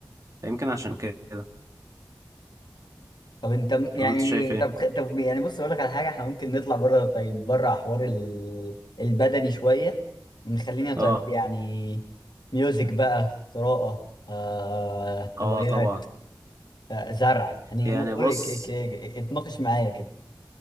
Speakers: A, on the right; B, on the left.
A: فيمكن عشان كده
B: طب انت م- يعني
A: ولا أنت شايف إيه؟
B: طب خ- طب يعني بص اقول لك على حاجه احنا ممكن نطلع بره طيب بره حوار ال... البدني شويه ونخلينا طيب
A: آه
B: يعني ميوزك بقى قراءه آه...
A: آه
B: روايات
A: طبعا
B: آه... زرع يعني
A: يعني
B: م- قول
A: بص
B: لك اك- اك- اتناقش معايا كده